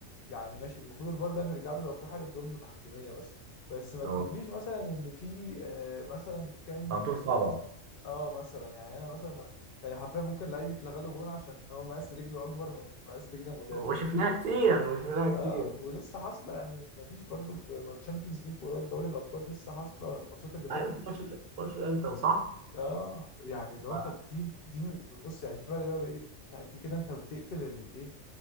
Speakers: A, on the left; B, on the right.
A: يعني ماشي المفروض الفار ده نرجع له لو في حالة ظلم تحكيمية بس بس ما
B: اه
A: تجيبليش مثلا ان في آه، مثلا كام
B: خمسة صعبة
A: اه مثلا يعني انا مثلا يعني حرفيا ممكن لعيب يتلغى له جون عشان هو مقاس رجله اكبر من مقاس رجل المدافع
B: وشفناها كتير وشفناها
A: اه
B: كتير
A: ولسه حاصله يعني مفيش برضو في الشامبيونز ليج قريب دوري الابطال لسه حاصله الماتشات اللي فاتت
B: عارف
A: دي
B: ماتش ال- ماتش الأنتر صح؟
A: اه يعني اللي هو
B: ف-
A: طب دي دي م- بص يعني في فرق بقى بايه دي كده انت بتقتل الايه